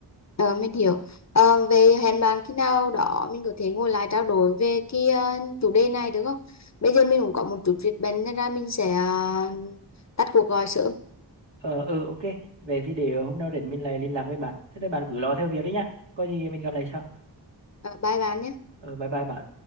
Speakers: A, on the left; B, on the right.
A: Ờ, mình hiểu. Ờ, về hẹn bạn khi nào đó mình có thể ngồi lại trao đổi về cái ờ, chủ đề này được không? Bây giờ mình cũng có một chút việc bận nên ra mình sẽ ờ, tắt cuộc gọi sớm.
B: Ờ, ừ, ok. Về thì để hôm nào rảnh mình lại liên lạc với bạn. Thế thì bạn cứ lo theo việc đấy nhá. Có gì mình gặp lại sau.
A: Ờ, bye bạn nhé.
B: Ờ, bye bye bạn.